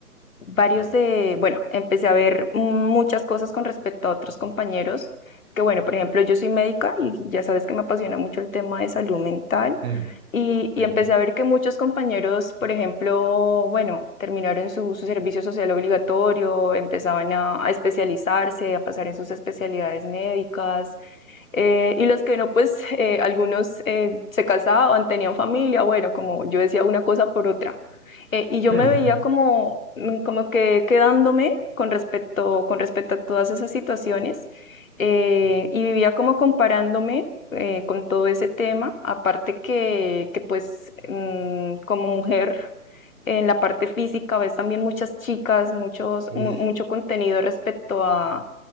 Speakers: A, on the left; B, on the right.
A: varios
B: Ajá.
A: de, bueno, empecé a ver muchas cosas con respecto a otros compañeros, que bueno, por ejemplo, yo soy médica y ya sabes que me apasiona mucho el tema de salud mental,
B: Mm,
A: y, y
B: ujú.
A: empecé a ver que muchos compañeros, por ejemplo, bueno, terminaron su, su servicio social obligatorio, empezaban a a especializarse, a pasar en sus especialidades médicas eh, y los que no, pues eh, algunos eh, se casaban, tenían familia, bueno, como yo decía una cosa por otra. Eh, y yo
B: <laughs>
A: me veía como, mm, como que quedándome con respecto, con respecto a todas esas situaciones eh,
B: Ya.
A: y vivía como comparándome eh, con todo ese tema, aparte que, que pues mm, como mujer en la parte física ves también muchas chicas, muchos, mu-
B: Uf.
A: mucho contenido respecto a